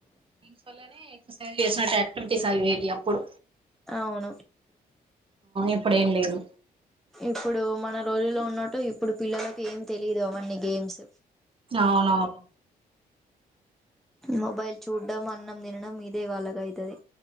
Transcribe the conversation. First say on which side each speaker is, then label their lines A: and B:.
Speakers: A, on the right; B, in the centre.
A: సల్నే ఎక్స్ చేసినట్టు యాక్టివిటీస్ అవివేటి అప్పుడు
B: అవును
A: ఎప్పుడ ఏం లేదు
B: ఇప్పుడు మన రోజులో ఉన్నట్టు ఇప్పుడు పిల్లలకి ఏం తెలిదు అవన్నీ గేమ్స్
A: అవునవును
B: మొబైల్ చూడ్డం అన్నం తినడం ఇదే వాలాగా అవుతుది